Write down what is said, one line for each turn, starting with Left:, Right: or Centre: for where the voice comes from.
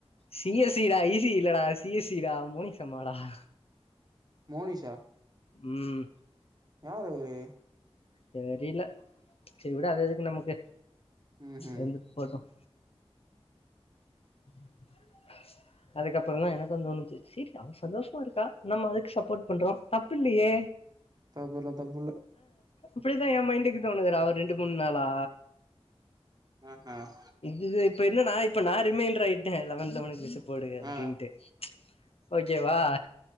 Left: சீ எஸ் சி டா இலடா சி எஸ் சிடா மோனிஷாம்மாடா <inaudible>
Right: மோனிஷா
Left: உம்
Right: யாரு அவுரு
Left: தெரில செரி விட அது எதுக்கு நமக்கு
Right: ம்ஹும்
Left: இருந்துட் போட்டும் <inaudible> அதுக்கப்பறம் தான் எனக்கும் தோன்னுச்சு சேரி அவ சந்தோஷமா இருக்கா நம்ம அதுக்கு சப்போட் பண்றோம் தப்புல்லையே
Right: தப்புல்ல தப்புல்ல
Left: அப்டிதான் என் மைண்டுக்கு தோணுதுடா ஒரு ரெண்டு மூணு நாளா
Right: ஆஹ ஹ
Left: இது இப்ப என்ன நான இப்ப நான ரிமேன்றாயிட்டேன் லெவண் லெவனக்கு வச்சு போடு அப்டின்டு
Right: ஆ
Left: ஓகேவா